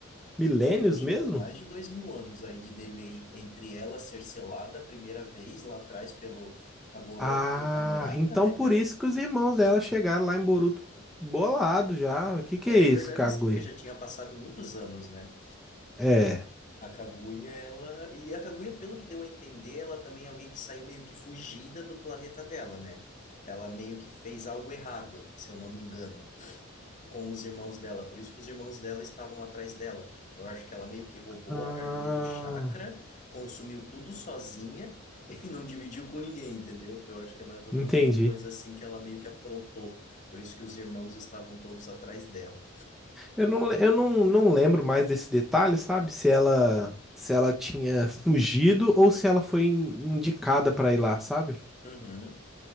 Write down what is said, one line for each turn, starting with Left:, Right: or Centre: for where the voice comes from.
Centre: Milênios
Left: Ah, mano, eu acho
Centre: mesmo?
Left: que deu mais de dois mil anos aí de delay entre ela ser selada a primeira vez lá atrás pelo Hagoromo
Centre: Ah,
Left: e a Murata,
Centre: então
Left: né?
Centre: por
Left: Que era-
Centre: isso que os irmãos dela chegaram lá em Boruto bolado já. O que que
Left: É,
Centre: é isso,
Left: é verdade,
Centre: Kaguya?
Left: sim, porque já tinha passado muitos anos, né?
Centre: É.
Left: A Kaguya, ela. E a Kaguya, pelo que deu a entender, ela também é alguém que saiu meio que fugida do planeta dela, né? Ela meio que fez algo errado, se eu não me engano, com os irmãos dela. Por isso que os irmãos dela estavam atrás dela. Eu acho que ela meio que roubou
Centre: Ah,
Left: a árvore do chakra, consumiu tudo sozinha <laughs> e não dividiu com ninguém, entendeu? Eu acho que é mais ou
Centre: entendi.
Left: menos uma coisa assim que ela meio que aprontou. Por isso que os irmãos estavam todos atrás dela.
Centre: Eu não, le- eu não, não lembro mais desse detalhe, sabe? Se ela, se ela tinha fugido ou se ela foi in- indicada pra ir lá, sabe?
Left: Uhum.